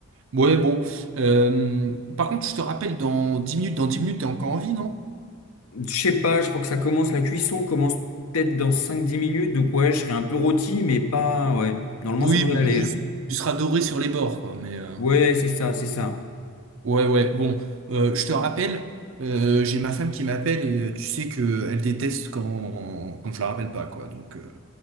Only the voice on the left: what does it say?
Je sais pas, je crois que ça commence, la cuisson commence peut-être dans cinq dix minutes, donc ouais, je serai un peu rôti, mais pas, ouais. Normalement,
ça devrait
aller.
Ouais, c'est ça, c'est ça.